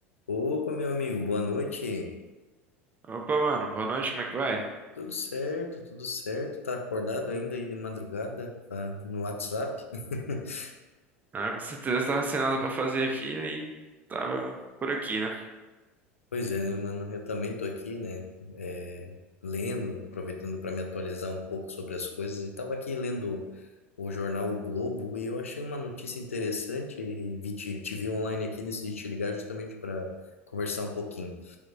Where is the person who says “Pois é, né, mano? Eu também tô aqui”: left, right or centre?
Left